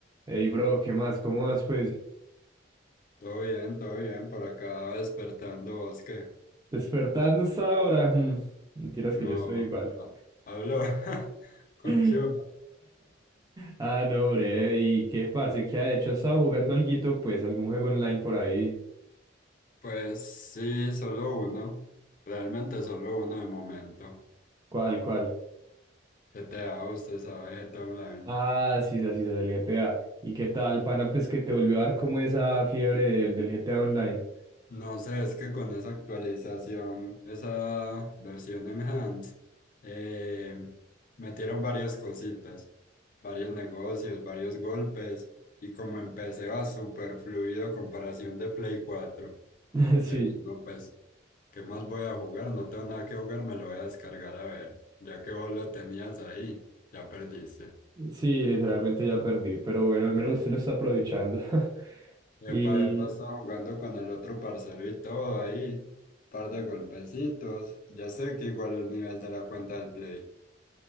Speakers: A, on the right; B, on the left.
A: Ey, bro, ¿qué más? ¿Cómo vas, pues?
B: Todo bien, todo bien, por acá despertando vos que
A: Despertando esta hora. mm, Mentiras
B: no
A: que yo estoy igual.
B: ha- hablo <laughs> con
A: <laughs>
B: Chula.
A: Ah, no, bre. ¿Y qué, parce? ¿Qué ha hecho? ¿Ha estado jugando alguito, pues? ¿Algún juego online por ahí?
B: Pues sí, solo uno, realmente solo uno de momento.
A: ¿Cuál, cuál?
B: GTA, usted sabe, GTA Online.
A: Ah, sí, sí, sí, el GTA. ¿Y qué tal, pana? Pues que te volvió a dar como esa fiebre del, del GTA Online.
B: No sé, es que con esa actualización, esa versión enhanced, eh, metieron varias cositas, varios negocios, varios golpes, y como empecé va súper fluido a comparación de Play cuatro,
A: <laughs> Sí,
B: Yo dije, no, pues ¿Qué más voy a jugar? No tengo nada que jugar, me lo voy a descargar a ver. Ya que vos lo tenías ahí, ya perdiste.
A: sí, literalmente ya perdí. Pero bueno, al menos usted lo está aprovechando. <laughs>
B: Epa,
A: Y,
B: epa, estaba jugando con el otro parcero y todo ahí. Par de golpecitos. Ya sé que igual el nivel de la cuenta del Play.